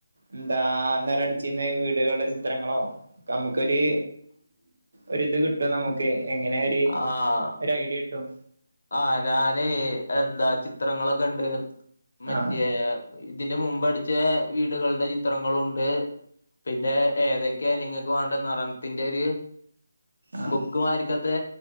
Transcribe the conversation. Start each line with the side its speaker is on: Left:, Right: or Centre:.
Right: എന്താ അന്നേരം അടിച്ചിരുന്ന വീടുകളുടെ ചിത്രങ്ങളോ നമുക്കൊരു ഒരിത് കിട്ടും നമുക്ക് എങ്ങനെ ഒര്
Left: ആഹ്
Right: ഒരയിഡിയ കിട്ടും
Left: ആഹ് ഞാനേ എന്താ ചിത്രങ്ങളൊക്കെ ഉണ്ട് മറ്റേ
Right: ആഹ്
Left: ഇതിന്റെ മുമ്പ് അടിച്ച വീടുകളുടെ ചിത്രങ്ങളുണ്ട് പിന്നെ ഏതൊക്കെയ നിങ്ങൾക്ക് വേണ്ട നിറത്തിന്റെ ഒരു
Right: ആഹ്
Left: ബുക്ക് മാരിക്കത്തെ